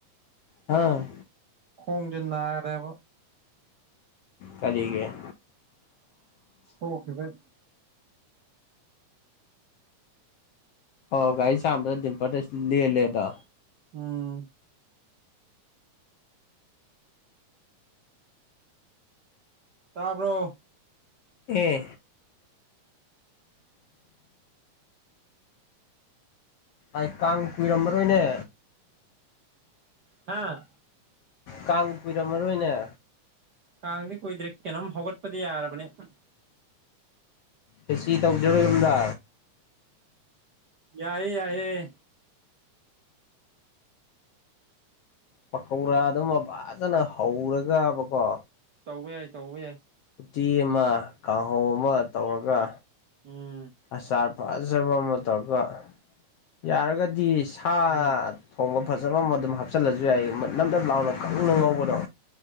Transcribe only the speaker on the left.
ꯍꯥꯎ
ꯀꯂꯤꯒꯦ
ꯑꯣ ꯒꯥꯔꯤ ꯆꯥꯝꯕꯗ ꯗꯤꯝꯄꯔꯗ <unintelligible> ꯂꯦꯜꯂꯦꯕꯥ
ꯑꯦ ꯑꯩ ꯀꯥꯡ ꯀꯨꯏꯔꯝꯃꯔꯣꯏꯅꯦ
ꯀꯥꯡ ꯀꯨꯏꯔꯝꯃꯔꯣꯏꯅꯦ
ꯈꯦꯆꯤ ꯇꯧꯖꯤꯔꯣ ꯌꯨꯝꯗ
ꯄꯀꯧꯔꯥꯗꯨꯃ ꯐꯖꯅ ꯍꯧꯔꯒꯥꯕꯀꯣ
ꯎꯇꯤ ꯑꯃ ꯀꯥꯡꯍꯧ ꯑꯃ ꯇꯧꯔꯒ
ꯑꯆꯥꯔ ꯐꯖꯕ ꯑꯃ ꯇꯧꯔꯒ ꯌꯥꯔꯒꯗꯤ ꯁꯥ
ꯊꯣꯡꯕ ꯐꯖꯕ ꯑꯃ ꯑꯗꯨꯝ ꯍꯥꯞꯆꯤꯜꯂꯁꯨ ꯌꯥꯏ ꯅꯗꯞ ꯂꯥꯎꯅ ꯀꯪꯅ ꯉꯧꯕꯗꯣ